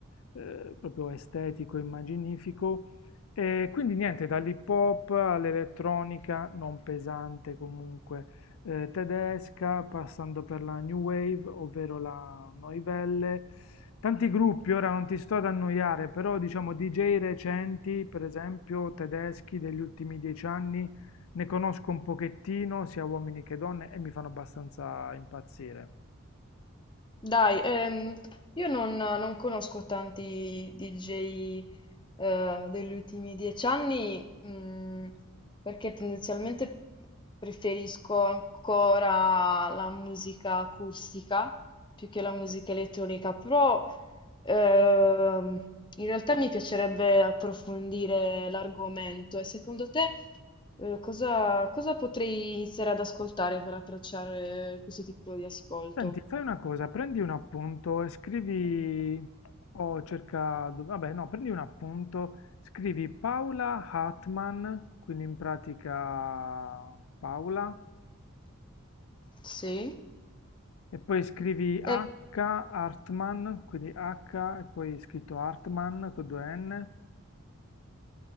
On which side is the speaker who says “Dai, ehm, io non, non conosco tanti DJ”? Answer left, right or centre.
Left